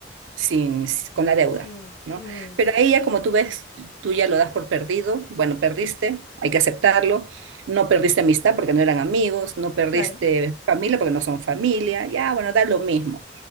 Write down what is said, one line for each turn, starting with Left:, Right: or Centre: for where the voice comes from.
Right: sin, con la deuda,
Left: Sí,
Right: ¿no?
Left: mm,
Right: Pero ahí ya como tú ves, tú ya lo das por perdido, bueno, perdiste, hay que aceptarlo, no perdiste amistad porque no eran amigos, no perdiste
Left: claro,
Right: familia porque no son familia, ya, bueno, da lo mismo.